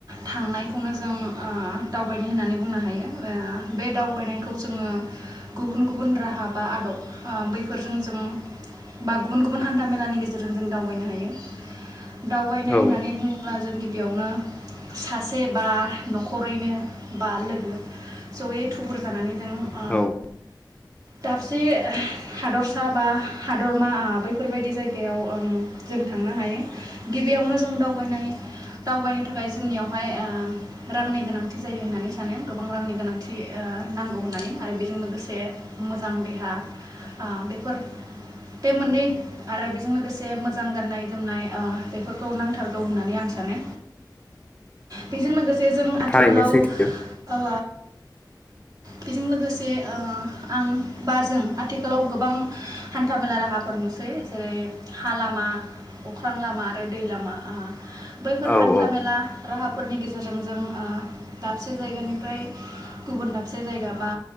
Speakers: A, on the right (about 50°); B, on the left (about 15°).
A: थांनायखौनो जों ओ दावबायनाय होननानै जों बुंनो हायो आ बे दावबायनायखौ जोङो गुबुन गुबुन राहा बा आदब आ बैफोरजों जों बा गुबुन गुबुन हान्थामेलानि गेजेरजों जों दावबायनो हायो दावबायनाय
B: औ
A: होननानै बुङोब्ला जों बेयावनो सासे बा न'खरैनो बा लोगो ज'यै थुबुर जानानै जों ओ
B: औ
A: दाबसे हादरसा बा हादरमा बैफोरबायदि जायगायाव जों थांनो हायो गिबियावनो जों दाव नाय दावबायनाय थाखाय जोंनियावहाय ओ रांनि गोनांथि जायो होननानै सानो गोबां रांनि गोनांथि थि ओ नांगौ होननानै आरो बेजों लोगोसे मोजां देहा आ बेफोर बे मोननै आरो बेजों लोगोसे मोजां गाननाय जोमनाय ओ बेफोरखौ नांथारगौ होननानै आं सानो बेजों लोगोसे जों आथिखालाव
B: थारैनो सैथो
A: आ बेजों लोगोसे ओ आं बाजों आथिखालाव गोबां हान्था मेला राहाफोर नुसै जेरै हा लामा अख्रां लामा आरो दै लामा ओ बैफोर
B: औ
A: हान्था
B: औ
A: मेला राहाफोरनि गेजेरजों जों ओ दाबसे जायगानिफ्राय गुबुन दाबसे जायगा बा